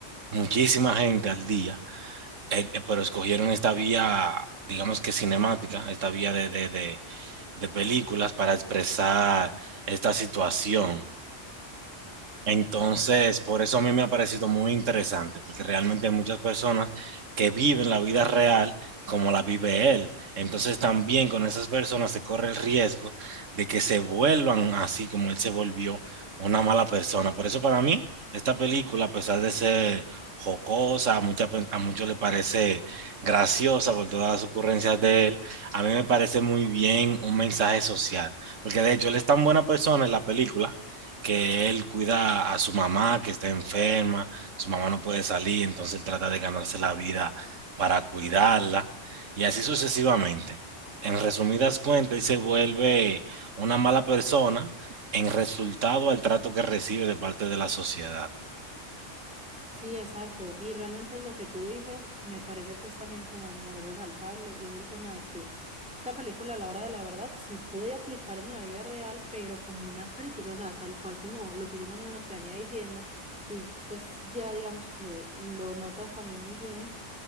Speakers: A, on the right; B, in the centre.
A: muchísima gente al día Eh, eh, pero escogieron esta vía, digamos que cinemática, esta vía de, de, de, de películas para expresar esta situación. Entonces,
B: Ah, qué bueno.
A: por eso a mí me ha parecido muy interesante, porque realmente hay muchas personas que viven la vida real como la vive él. Entonces, también con esas personas se corre el riesgo de que se vuelvan así como él se volvió una mala persona. Por eso para mí, esta película, a pesar de ser jocosa, a, mucha pe- a muchos le parece graciosa por todas las ocurrencias de él, a mí me parece muy bien un mensaje social, porque de hecho él es tan buena persona en la película que él cuida a su mamá que está enferma, su mamá no puede salir, entonces él trata de ganarse la vida para cuidarla y así sucesivamente. En resumidas cuentas, él se vuelve una mala persona en resultado al trato que recibe de parte de la sociedad.
B: Sí, exacto. Y realmente lo que tú dices me parece que es también como muy resaltable y es el tema de que esta película a la hora de la verdad se puede aplicar en la vida real, pero como una crítica, o sea, tal cual como lo que yo más o menos te venía diciendo, tú pues ya digamos que lo notas también muy bien